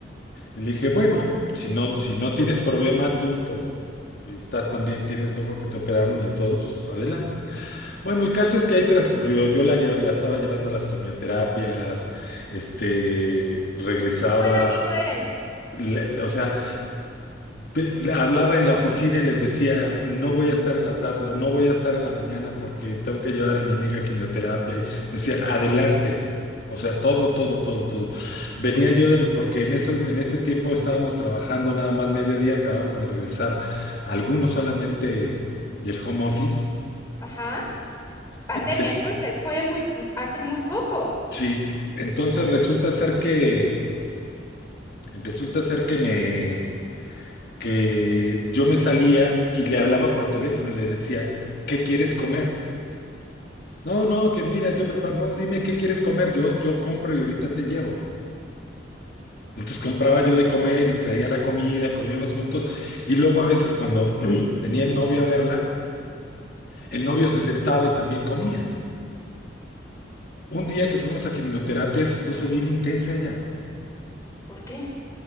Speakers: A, on the left; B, on the left.
A: Y le dije, bueno, si no, si no tienes problema tú por, estás también, tienes poco que te operaron y todo, pues adelante. Bueno, el caso es que ahí transcurrió. Yo la, lle- la estaba llevando a las quimioterapias, este, regresaba,
B: Qué buen amigo eres.
A: le- le- o sea, pe- le hablaba en la oficina y les decía, no voy a estar en la tarde o no voy a estar en la mañana porque tengo que llevar a mi amiga a quimioterapia. Y me decían, adelante. O sea, todo, todo, todo, todo. Venía yo del, porque en esos, en ese tiempo estábamos trabajando nada más mediodía, acabamos de regresar algunos solamente del home office.
B: Ajá. Pandemia,
A: Y res-
B: entonces, fue muy, hace muy poco.
A: Sí, entonces resulta ser que, resulta ser que me, que yo me salía y le hablaba por teléfono y le decía, ¿qué quieres comer? No, no, que mira, yo preparo, no, dime qué quieres comer, yo, yo compro y ahorita te llevo. Entonces compraba yo de comer y traía la comida, comíamos juntos y luego a veces cuando <clears throat> venía el novio a verla, el novio se sentaba y también comía. Un día que fuimos a quimioterapia se puso bien intensa ella.
B: ¿Por qué?